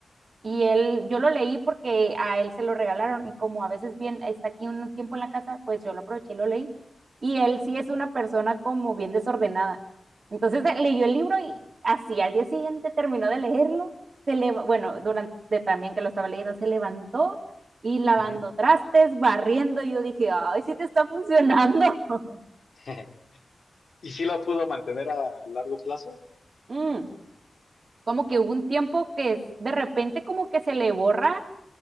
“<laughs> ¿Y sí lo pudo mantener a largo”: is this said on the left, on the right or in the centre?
Left